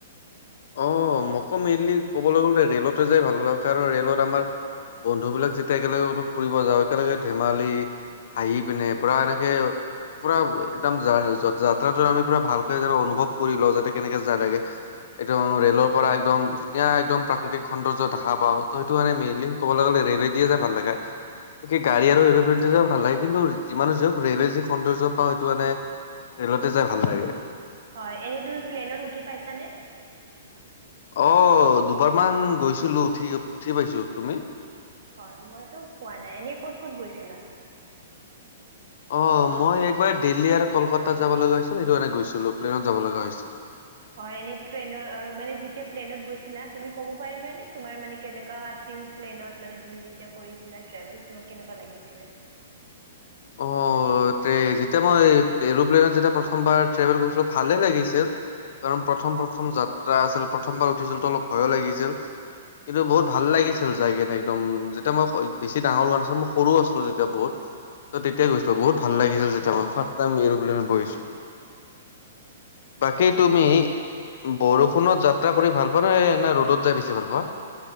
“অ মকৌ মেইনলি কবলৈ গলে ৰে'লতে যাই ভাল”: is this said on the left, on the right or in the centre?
Left